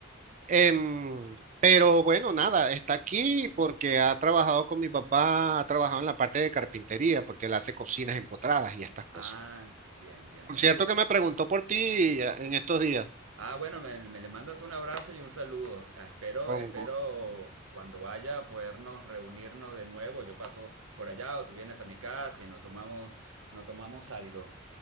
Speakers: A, on the right (about 35°); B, on the right (about 80°).
A: Em, pero bueno, nada, está aquí porque ha trabajado con mi papá, ha trabajado en la parte de carpintería, porque él hace cocinas empotradas y estas cosas.
B: Ah, bien, bien,
A: Por
B: bien,
A: cierto
B: bien, bien.
A: que me preguntó por ti eh, en estos días,
B: Ah, bueno, me, me le mandas un abrazo y un saludo. Ah, Espero,
A: con,
B: espero cuando vaya a podernos reunirnos de nuevo. Yo paso por allá o tú vienes a mi casa y nos tomamos, no tomamos algo.